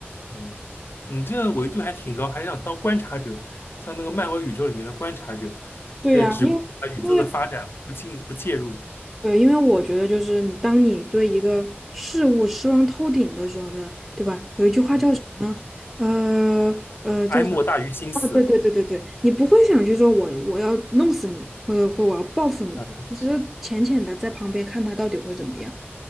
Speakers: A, on the left; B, in the centre.
A: 嗯，你这个维度还挺高，还想当观察者，像那个漫威宇宙里面的观察者，
B: 对呀，
A: 这只把宇宙的发展不进不介入，
B: 因为因为对，因为我觉得就是你当你对一个事物失望透顶的时候呢，对吧？有一句话叫什么呢？
A: 嗯，
B: 呃呃，叫什么？
A: 哀莫大于心死。
B: 啊，对对对对对，你不会想去说我我要弄死你，或者或者我要报复你，
A: 啊。
B: 你只是浅浅的在旁边看他到底会怎么样。